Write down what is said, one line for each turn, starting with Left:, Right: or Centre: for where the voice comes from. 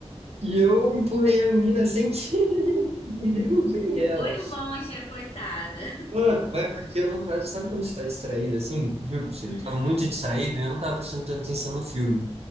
Right: E eu empurrei a menina sem querer <laughs>
Left: <laughs>
Right: e derrubei ela.
Left: Foi longe a coitada.
Right: Mano, mas porque eu não tava, sabe quando você tá distraído assim? Juro pra você,
Left: <laughs>
Right: eu tava muito distraído e eu não tava prestando tanta atenção no filme.